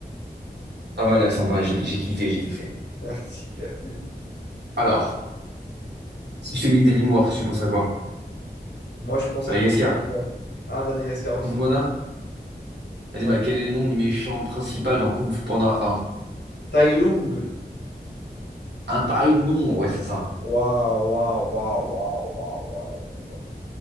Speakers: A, on the right (about 80°); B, on the left (about 85°).
A: Pas mal l'accent, pas mal, j'ai j'ai kiffé, j'ai kiffé.
B: <laughs> Merci, merci.
A: Alors, si je te dis DreamWorks, tu penses à quoi?
B: Moi, je pense
A: Madagascar?
B: à Côte d'Ivoire. Ah, Madagascar aussi.
A: Kung Fu Panda? Vas-y,
B: Ouais.
A: bah, quel est le nom du méchant principal dans Kung Fu Panda
B: Tai Lung.
A: Un pareil nombre, ouais, c'est ça.
B: Waouh, waouh, waouh, waouh, waouh, waouh. waouh.